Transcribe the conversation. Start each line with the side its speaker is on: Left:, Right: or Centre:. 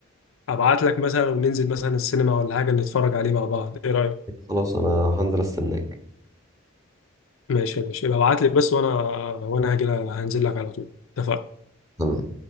Left: ابعت لك مثلا وننزل مثلا السينما ولا حاجة نتفرج عليه مع بعض ايه رأيك
Right: خلاص انا هنزل استناك
Left: ماشي ماشي ابعت لي بس وانا وانا هاجي هنزل لك على طول اتفقنا
Right: تمام